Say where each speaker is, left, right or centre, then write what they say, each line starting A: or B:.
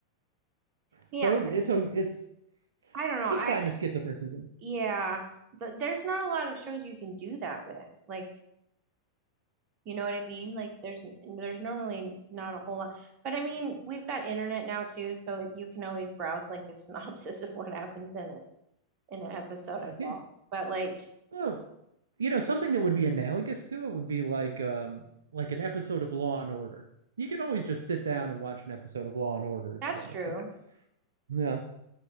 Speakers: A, on the right; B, on the right.
A: Yeah.
B: so it, it's a it's
A: I don't know.
B: so
A: I,
B: it's fine to skip the first season
A: yeah. Th- There's not a lot of shows you can do that with. Like, you know what I mean? Like there's there's normally not a whole lot. But I mean, we've got internet now too, so it, you can always browse like the <laughs> synopsis of what happens in it in an episode, I guess.
B: yeah
A: But like
B: well you know something that would be analogous to it would be like um like an episode of law and order you could always just sit down and watch an episode of law and order if
A: that's
B: you wanted
A: true.
B: to yeah